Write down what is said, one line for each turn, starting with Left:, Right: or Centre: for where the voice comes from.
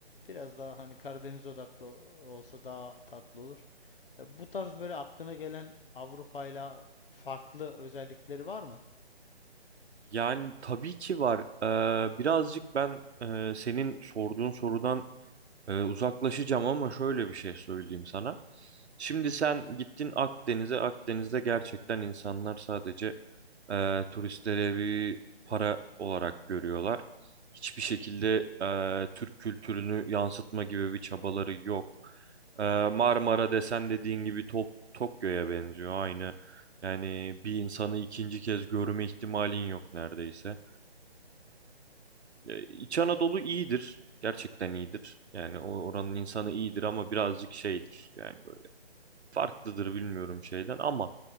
Left: biraz daha hani Karadeniz odaklı olsa daha tatlı olur. E, bu tarz böyle aklına gelen Avrupa'yla farklı özellikleri var mı?
Right: Yani tabii ki var. Ee, birazcık ben e, senin sorduğun sorudan Ee, uzaklaşacağım ama şöyle bir şey söyleyeyim sana. Şimdi sen gittin Akdeniz'e. Akdeniz'de gerçekten insanlar sadece e, turistlere bir para olarak görüyorlar. Hiçbir şekilde e, Türk kültürünü yansıtma gibi bir çabaları yok. E, Marmara desen dediğin gibi Top, Tokyo'ya benziyor aynı. Yani bir insanı ikinci kez görme ihtimalin yok neredeyse. Ee, İç Anadolu iyidir. Gerçekten iyidir. Yani o oranın insanı iyidir ama birazcık şeydir. Yani böyle farklıdır bilmiyorum şeyden ama